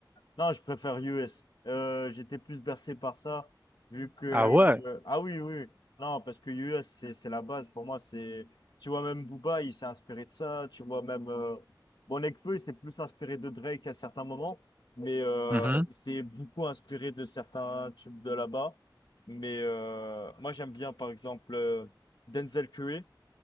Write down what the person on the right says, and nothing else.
Ah ouais.
Mhm.